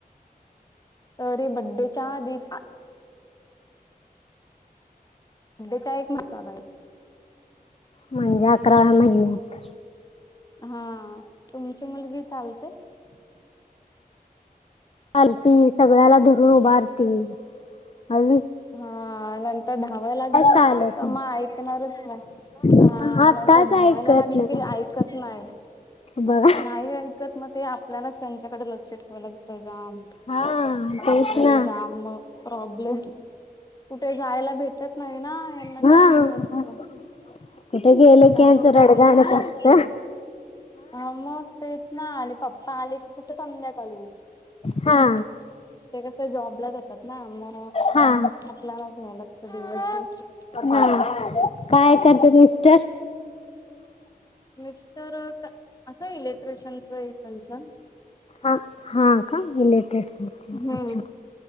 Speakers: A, on the left; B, on the left.
A: तरी बर्थडेच्या आधीच आ बड़्डेचा एक म चालायला.
B: म्हणजे अकराव्या महिन्यात.
A: हा तुमची मुलगी चालते?
B: चालती सगळ्याला धरून उभारती. हल्लीच
A: हा नंत धावाय लागली
B: चालत
A: ना का मग ऐकणारच नाही
B: नाही
A: हा
B: आताच
A: नंतर धावायला
B: ऐकत
A: लागली
B: नाही
A: की ऐक कत नाही
B: बघा.
A: नाही ऐक मग ते आपल्यालाच त्यांच्याकडे लक्ष ठेवावं लागतं जाम.
B: हा
A: बापरे
B: तेच ना
A: जाम म प्रॉब्लेम कुठे जायला भेटत नाही ना यांना
B: हा
A: टाकून जास्त.
B: कुठे गेलं
A: त्यांना
B: की यांचं
A: कशी
B: रडगाणच
A: मम्मीच लागते.
B: असतं.
A: हा मग तेच ना आणि पप्पा आले की संध्याकाळी
B: हा
A: ते अ हं कस जॉबला जातात ना मग
B: हा
A: आपल्यालाच घ्यायला लागतं दिवसभर.
B: हा काय करतेत मिस्टर?
A: मिस्टर क असं इलेक्ट्रिशियनंच आहे त्यांचं.
B: आ हा का इलेक्ट्रिशियनचं
A: हम्म
B: अच्छा